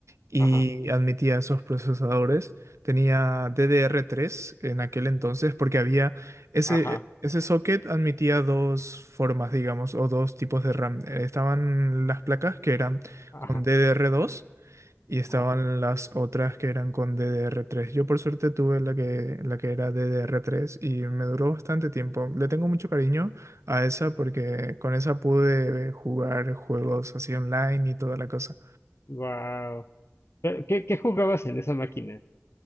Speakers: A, on the right (about 85°); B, on the left (about 60°).
A: y
B: ajá,
A: admitía esos procesadores. Tenía DDR3 en aquel entonces porque había ese,
B: ajá,
A: ese socket admitía dos formas, digamos, o dos tipos de RAM. Eh, Estaban las placas que eran
B: ajá,
A: con DDR2 y estaban
B: ajá.
A: las otras que eran con DDR3. Yo por suerte tuve la que, la que era DDR3 y me duró bastante tiempo. Le tengo mucho cariño a esa porque con esa pude jugar juegos así online y toda la cosa.
B: Wow. ¿Qué, qué jugabas en esa máquina?